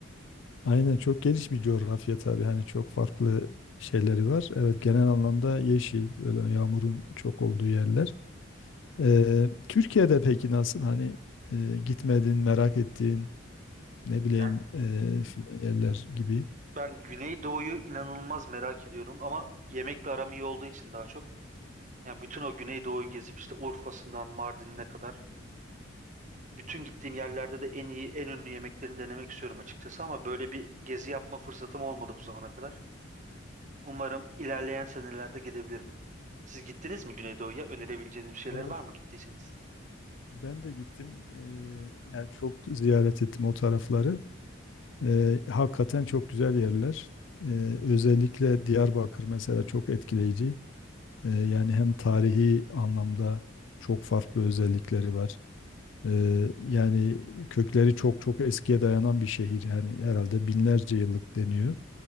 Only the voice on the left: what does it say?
Aynen çok geniş bir coğrafya tabii. Hani çok farklı şeyleri var. Evet genel anlamda yeşil, böyle yağmurun çok olduğu yerler. Ee, Türkiye'de peki nasıl? Hani e, gitmedin, merak ettiğin, ne bileyim
e, filan yerler gibi.
Evet.
Ben de gittim. Eee, yani çok ziyaret ettim o tarafları. Eee, hakikaten çok güzel yerler. Eee, özellikle Diyarbakır mesela çok etkileyici. Eee, yani hem tarihi anlamda çok farklı özellikleri var. Eee, yani kökleri çok çok eskiye dayanan bir şehir. Yani herhalde binlerce yıllık deniyor.